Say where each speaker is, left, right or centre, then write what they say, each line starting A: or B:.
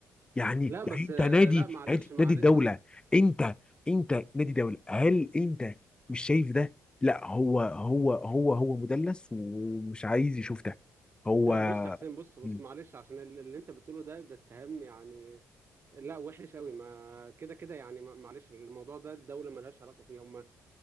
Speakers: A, on the left; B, on the right.
A: يعني
B: لا
A: يعني
B: بس
A: انت
B: آه،
A: نادي
B: لا معلش
A: نادي
B: معلش
A: نادي الدوله
B: مع
A: انت انت نادي دوله هل انت مش شايف ده لا هو هو هو هو مدلس ومش عايز يشوف ده هو
B: لا بص يا حسين بص بص
A: مم.
B: معلش عشان اللي اللي انت بتقوله ده ده اتهام يعني لا وحش قوي ما كده كده يعني ما- معلش الموضوع ده الدوله ملهاش علاقه فيه هم م-